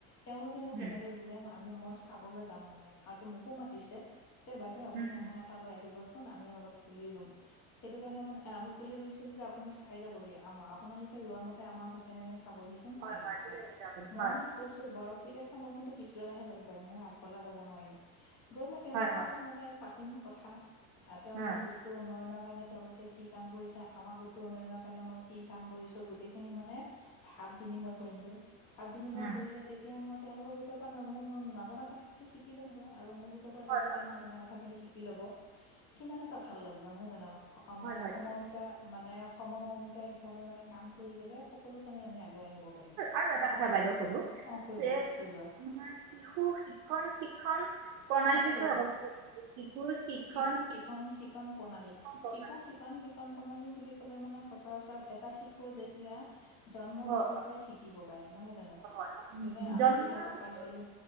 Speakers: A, on the left; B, on the right.
A: তেওঁলোকেনো
B: উম
A: কেনেকে ৰুলে আমি মই চাবলৈ যাম মানে আৰু মোকো মা দিছে যে বাইদেউ আপুনি
B: উম উম
A: আমাৰ টালৈ আহিবচোন আমি অলপ পুলি ৰুম। সেইটো কাৰণে মানে আমি পুলি ৰুইছিলো যে আপুনি চাই যাবহি আম আপোনালোকে ৰোৱা মতে আমাৰ হৈছে নে নাই চাবহিচোন। তেনেকে
B: হয় হয়
A: কৈছে
B: ঠিকে আপুনি
A: মই
B: হয়
A: মানে কৈছো বাৰু ঠিক আছে মই কিন্তু পিছবেলাহে যাব পাৰিম মই আগবেলা যাব নোৱাৰিম। গৈ মই তেওঁলোকৰ
B: হয় হয়
A: লগত মানে পাতিম কথা তেওঁলোকৰ
B: হয়
A: গোট গোটটো উন্নয়নৰ কাৰণে তেওঁলোকে কি কাম কৰিছে আমাৰ গোটটো উন্নয়নৰ কাৰণে মই কি কাম কৰিছো। গোটেইখিনি মানে ভাৱ বিনিময় কৰিমগৈ ভাৱ বিনিময়
B: উম,
A: কৰিলে তেতিয়া মই তেওঁলোকৰ গোটৰ পৰা মোৰ ন নজনা কথাখিনি শিকি ল'মগৈ আৰু মোৰ গোট পৰা
B: হয়
A: তেওঁলোকে
B: হয়
A: নজনা কথাখিনি শিকি লব, কিমান এটা ভাল লাগিব নহয় জানো! অ'
B: হয়
A: মানে
B: হয়
A: সমমিতা
B: ঠিক আছে।
A: মানে সমমৰ্মিতা হিচাপে মানে কাম কৰি গ'লে সকলো কামে আমি আগুৱাই নিব পাৰিম
B: আৰু এটা কথা বাইদেউ শুধো
A: অ কৈ
B: ছেমাৰ
A: যোৱা কৈ যোৱা
B: শিশু শিক্ষণ শিক্ষণ প্ৰণালীৰ
A: অ
B: বিষয়ে
A: কৈ যোৱা
B: আকৌ শিশুৰ শিক্ষণ
A: শিশু শিক্ষণ শিক্ষণ প্ৰণালী
B: শিক্ষণ প্ৰণালী
A: শিশু শিকন শিকন প্ৰণালী বুলি মানে সচৰাচৰ এটা শিশু যেতিয়া জন্মৰ
B: হয়
A: পিছৰ পৰাই শিকিব। পাৰে নহয় জানো
B: হয় হয়
A: যেনে আমি
B: জন্মৰ
A: কিতাপত
B: পিছৰ
A: পাইছিলো।